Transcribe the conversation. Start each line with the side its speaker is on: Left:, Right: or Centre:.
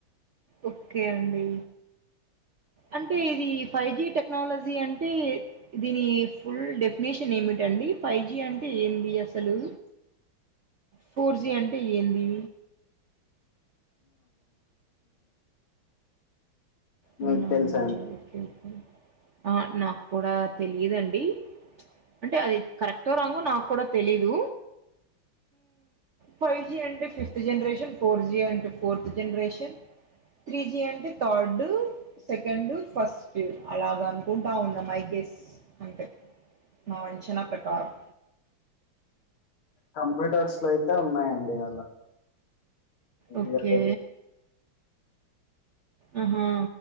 Right: ఓకే అండి. అంటే ఇది ఫైవ్ జి టెక్నాలజీ అంటే దీని ఫుల్ డెఫినేషన్ ఏమిటండి? ఫైవ్ జి అంటే ఏంది అసలు? ఫోర్ జీ అంటే ఏంది?
Left: మీకు
Right: అవునా
Left: తెల్సా
Right: అండి
Left: అం
Right: ఓకే ఓకే ఆ నాకు కూడా తెలియదండి అంటే అది కరెక్టో రాంగో నాకు కుడా తెలీదు. ఫైవ్ జి అంటే ఫిఫ్త్ జనరేషన్, ఫోర్ జి అంటే ఫోర్త్ జనరేషన్. త్రీజి అంటే థార్డు. సెకండ్, ఫస్ట్ అలాగ అనుకుంటా ఉన్నా మై గెస్ అంతే. నా అంచనా ప్రకారం
Left: కంప్యూటర్స్లో అయితే ఉన్నాయండి అలా. ఇది
Right: ఓకే
Left: అదే
Right: ఆహా